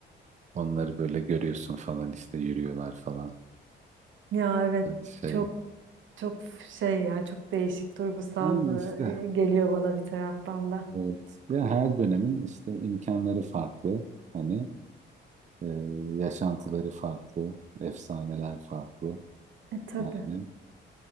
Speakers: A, on the right; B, on the right.
A: onları böyle görüyorsun falan işte yürüyorlar falan.
B: Ya evet
A: E, şey
B: çok çok şey ya çok değişik duygusal
A: yani işte
B: e, geliyor bana bir taraftan da.
A: evet ya her dönemin işte imkanları farklı. Hani e, yaşantıları farklı, efsaneler farklı.
B: E tabii.
A: Yani